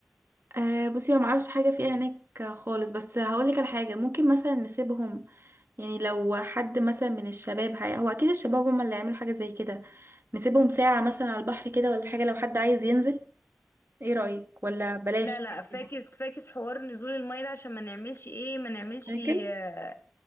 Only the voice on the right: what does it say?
آه بصي انا معرفش حاجه فيها هناك خالص بس هقولك على حاجه ممكن مثلا نسيبهم يعني لو حد مثلا من الشباب هي هو اكيد الشباب هم اللي هيعملوا حاجه زي كده نسيبهم ساعه مثلا على البحر كده ولا حاجه لو حد عايز ينزل ايه رايك ولا بلاش
أحسن.
شاكل